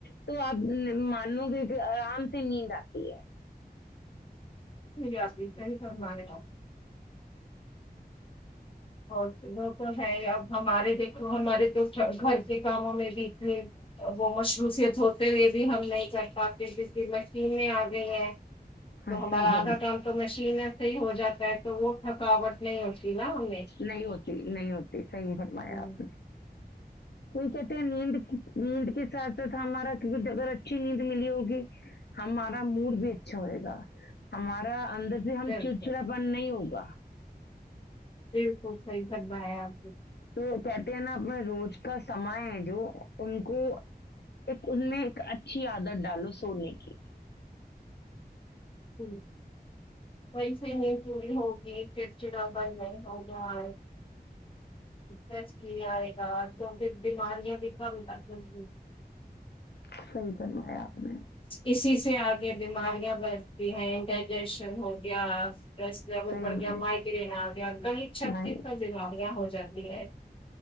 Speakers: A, on the left; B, on the left.
A: تو آپ مانو گے کہ آرام سے نیند آتی ہے
B: پ ہمارے اور وہ تو ہے ا ہمارے دیکھو ہمارے تو گھر کے کاموں میں بھی تھی وہ مصروفیت ہوتے ہوئے بھی ہم نہیں کر پاتے ج مشین آ گئی ہیں
A: ہاں
B: تو ہمارا
A: صیح بر
B: کام تو مشین سے ہی ہو جاتا ہے تو وہ تھکاوٹ نہیں ہوتی نا ان میں
A: نہیں ہوتی نہیں ہوتی صحی فرمایا
B: ہوں،
A: آپ نے کوئی کہتے ہیں نیند نیند کے ساتھ ساتھ ہمارا اگر اچھی نیند ملی ہوگی ہمارا موڈ بھی اچھا ہوئے گا ہمارا اندر سے ہم
B: بالکل
A: چڑچڑا بن نہیں ہوگا <inaudible>
B: یہ بھی تو سح ہی سا ہےار
A: تو کیاتےنا اپ میں رو کا سما ہے جو ان کو ایک ان میں ایک اچھی عادت ڈالو سونے کی
B: ہ وی سے م چی ہوگی پھر <unintelligible> کچ ڈا پ س ڈ آ بس کی آئے گا توکہ بیماریاں بھی کم کری
A: سی کرو ہے آپ نے
B: اسی اس سے آگے بیماریاں بھتی ہیں ڈائجیشن ہو گیا رس لیول
A: صحیح
B: پر گیا ماہتی دین آ گ گنیت چھتی
A: میں
B: پر ج بابیا ہو جات گ ہے